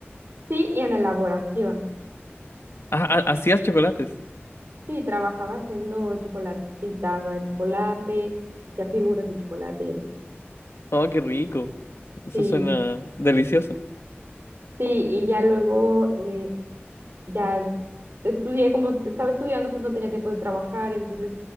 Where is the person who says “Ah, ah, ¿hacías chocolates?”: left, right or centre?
Left